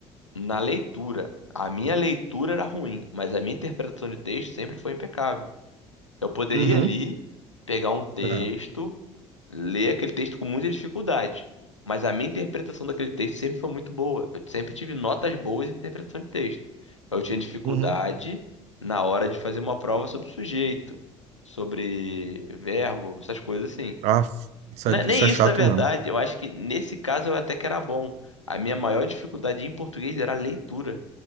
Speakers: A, on the left; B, on the right.
A: na leitura. A minha leitura era ruim, mas a minha interpretação de texto sempre foi impecável. Eu poderia
B: Uhum,
A: ali pegar um texto
B: é,
A: ler aquele texto com muita dificuldade. Mas a minha interpretação daquele texto sempre foi muito boa. Eu sempre tive notas boas em interpretação de texto. Eu tinha dificuldade
B: uhum.
A: na hora de fazer uma prova sobre sujeito, sobre verbo, essas coisas assim.
B: Ah, isso
A: Ne-
B: é,
A: Nem
B: isso é
A: isso,
B: chato
A: na verdade,
B: mesmo.
A: eu acho que nesse caso eu até que era bom. A minha maior dificuldade em português era a leitura.